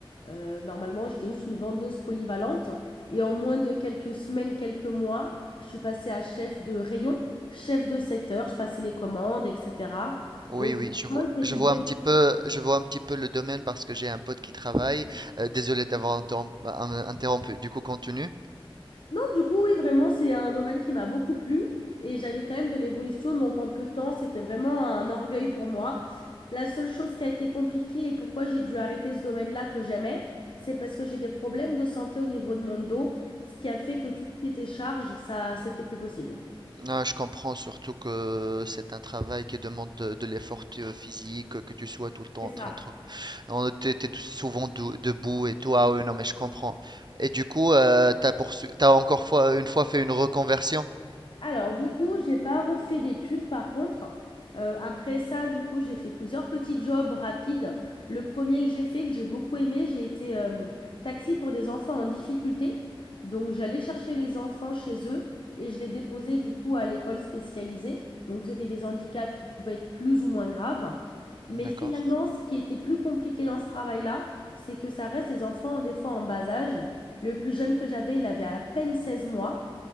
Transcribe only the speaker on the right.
Oui,
oui,
je vois,
je
vois
un petit peu, je vois un petit peu le domaine parce que j'ai un pote qui travaille. Euh, désolé d'avoir interrom- euh, interrompu. Du coup, continue.
Ah, je comprends surtout que c'est un travail qui demande de, de l'effort euh, physique, que tu sois tout le temps
en
train de... te- On t'es, t'es tout- souvent dou- debout et tout. Ah oui, non, mais je comprends. Et du coup, euh, t'as poursu- t'as encore fois, une fois fait une reconversion?
D'accord.